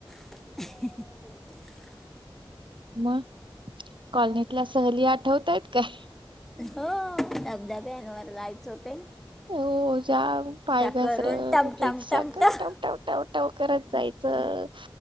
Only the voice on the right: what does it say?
मग कॉलनीतल्या सहली आठवतायत काय?
हो जाम पाय घसर,
रिक्षा
करत
टमटम करत जायचं.